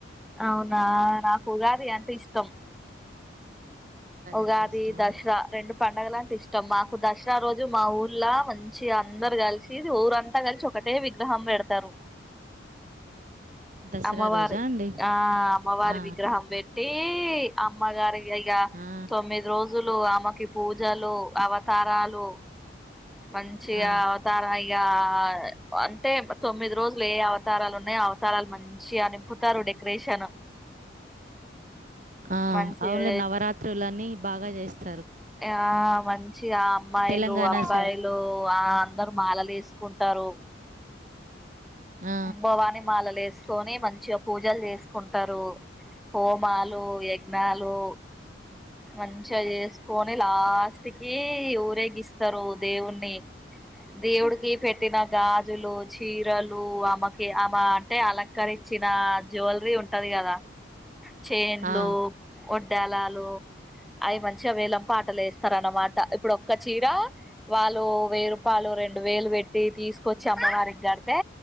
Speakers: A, in the centre; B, on the right.
A: అవునా నాకు ఉగాది అంటే ఇష్టం ఉగాది
B: అంటే ఇష్టమా
A: దస్రా రెండు పండగలంటే ఇష్టం మాకు దస్రా రోజు మా ఊర్లా మంచిగా అందరు కలిసి ఊరంతా కలిసి ఒకటే విగ్రహం పెడతారు
B: దసరా
A: అమ్మవారు
B: రోజా అండి
A: ఆ అమ్మవారి
B: ఆ,
A: విగ్రహం పెట్టి అమ్మగారి ఇగ
B: ఆ,
A: తొమ్మిది రోజులు ఆమెకి పూజలు అవతారాలు మంచిగా
B: ఆ,
A: అవతార ఇయ్యా అంటే తొమ్మిది రోజులు ఏ అవత అవతారాలు ఉన్నాయి అవతారాలు మంచిగా నింపుతారు డెకరేషన్
B: ఆ
A: మంచిగా
B: అవున్లీ నవరాత్రులన్నీ బాగా చేస్తారు
A: ఆ మంచిగా అమ్మాయిలు
B: తెలంగాణ
A: అ అబ్బాయిలు
B: సైడ్
A: ఆ అందరు మాలలు వేసుకుంటారు
B: ఆ,
A: భవాని మాలలు ఏస్కోని మంచిగా పూజలు చేసుకుం టారు హోమాలు యజ్ఞాలు మంచిగా చేసుకొని లాస్ట్కి ఊరేగిస్తారు దేవుణి దవుడుకి ఫెటినా గాజులు చీర రాలు అమకి ఆమె అంటే అలంకరిచ్చిన జ్యువెలరీ ఉ ఉంటది కదా చేన్లు
B: ఆ,
A: వడ్డలాలు అయ్ మంచిగా వేళం పాటలేస్తరానమాట ఇప్పుడు ఒక్క చీర వాళ్ళు వెయ్యి రూపాయలు రెండు వేలు పెట్టి తీసుకొచ్చి అమ్మవారికి గడ్ తే